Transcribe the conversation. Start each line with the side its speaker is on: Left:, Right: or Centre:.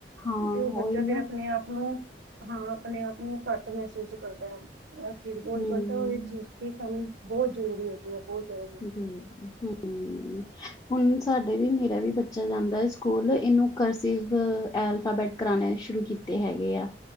Left: ਹਾਂ
Right: ਜੀ ਉਹ ਬੱਚਾ
Left: ਉਹੀ ਨਾ
Right: ਫਿਰ ਆਪਣੇ ਆਪ ਹਾਂ ਆਪਣੇ ਆਪ ਨੂੰ ਘੱਟ ਮਹਿਸੂਸ ਕਰਦਾ ਹੈ। ਆ ਚ ਗੋਰ
Left: ਹੂੰ।
Right: ਗਲਟਾ ਹੋ ਚ ਠਕਂ ਬਹੁਤ ਜ਼ਰੂਰੀ ਹੈਗੀ ਹੈ। ਬਹੁਤ- ਜ਼ਰੂਰੀ
Left: ਹਮ ਹੁਣ ਸਾਡੇ ਵੀ ਮੇਰਾ ਵੀ ਬੱਚਾ ਜਾਂਦਾ ਹੈ। ਸਕੂਲ ਇਹਨੂੰ ਕਰਸਿਵ ਅਲਫਾਬੈਟ ਕਰਾਉਣੇ ਸ਼ੁਰੂ ਕੀਤੇ ਹੈਗੇ ਆ